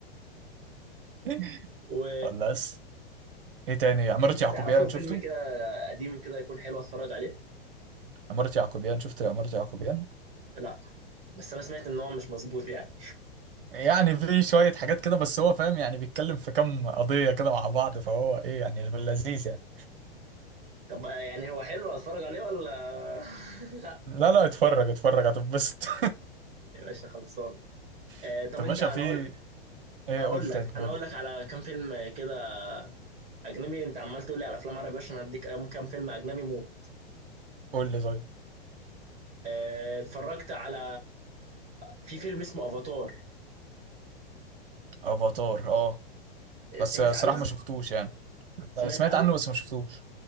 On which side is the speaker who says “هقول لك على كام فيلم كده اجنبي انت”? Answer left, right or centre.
Right